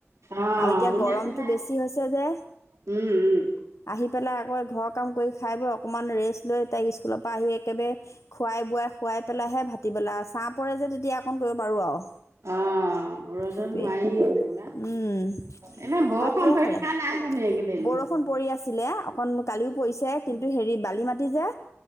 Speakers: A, on the right; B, on the left.
A: অ
B: আৰু এতিয়া
A: উলিয়াই
B: গৰমতটো
A: পেলাই
B: বেছি হৈছে যে
A: উম উম
B: আহি পেলাই আকৌ ঘৰত। কাম কৰি খাই বৈ অকণমান ৰেষ্ট। লৈ তাই স্কুলৰ পৰা আহি একেবাৰে খোৱাই বোৱাই। খুৱাই পেলাইহে ভাতি পেলা ছাঁ পৰে তেতিয়া। অ কৰিব পাৰো আৰু
A: অ ৰ'দত
B: সেইটোৱে
A: নোৱাৰি যেনিবা
B: উম
A: এনে বৰষুণ
B: ভাত কিহে
A: পৰি
B: খালে
A: থকা নাই জানো এইকেইদিন
B: বৰষুণ পৰি আছিলে অকন কালিও পৰিছে কিন্তু হেৰি বালি মাটি যে